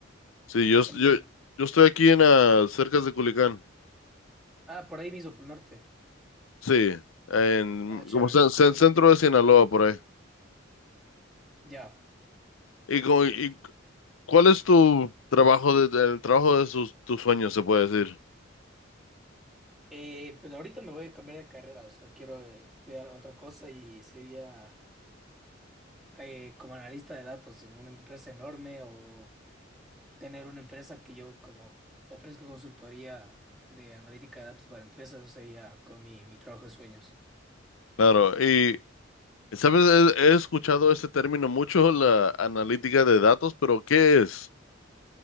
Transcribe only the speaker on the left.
Sí, yo,
yo, yo estoy aquí en ah, cerca de Culiacán.
Sí, en
como cen- cen- centro de Sinaloa por ahí.
¿Y, co- y cuál es tu trabajo de, el trabajo de sus, tus sueños, se puede decir?
Claro, y sabes, he, he escuchado este término mucho, la analítica de datos, pero ¿qué es?